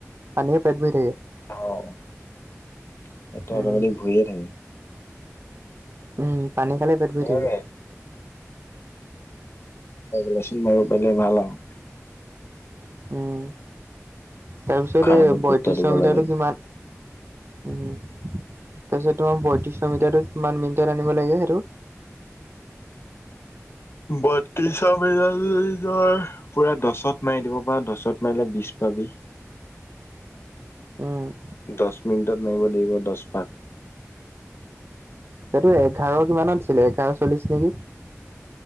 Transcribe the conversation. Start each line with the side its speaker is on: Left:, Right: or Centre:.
Right: পানীয়ে পেট বহি থাকে
Left: অ সো অটমেটিক ভৰিয়ে
Right: উম
Left: থাকে
Right: উম পানী খালে পেট ভৰি
Left: নে <unintelligible>
Right: থাকে
Left: ভকচোন বাব পাৰিলে ভাল আৰু
Right: উম তাৰপিছত
Left: খানাটোত
Right: এই বয়ত্ৰিশশ
Left: গুৰুত্ব দিব
Right: মিটাৰটো
Left: লাগে
Right: কিমান উম তাৰপিছতোমাৰ বয়ত্ৰিশ মিটাৰটো কিমান মিনিটত আনিব লাগে সেইটো
Left: বত্ৰিশ মিটাৰ যদি তই পুৰা দহত মাৰি দিব প দচত মাৰিলে বি পাবি
Right: উম।
Left: দশ মিনিটৰ নাইিব লাগিব দশ প
Right: সেইটো এঘাৰ কিমানত আছিলে এঘাৰ চল্লিশ নেকি?